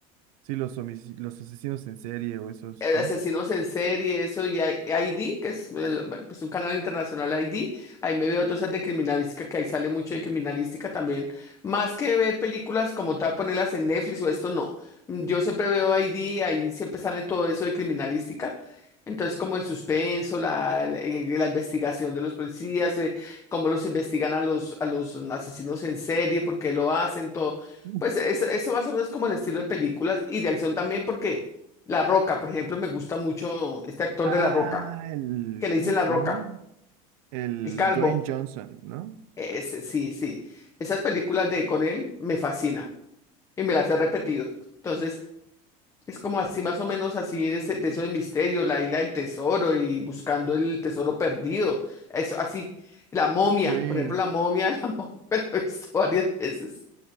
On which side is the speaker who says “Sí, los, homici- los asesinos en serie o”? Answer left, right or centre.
Right